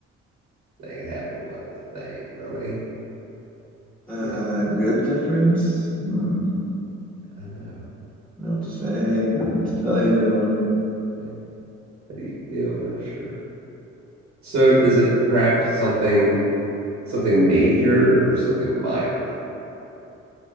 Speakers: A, on the right (about 75°); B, in the centre.
A: thing. It happened. What the thing really?
B: Uh,
A: Yep. When
B: good difference? Hmm.
A: I know.
B: Don't know what to say. Don't know what to tell you.
A: Okay. How do you feel? Not sure. So does it perhaps something something major or something minor?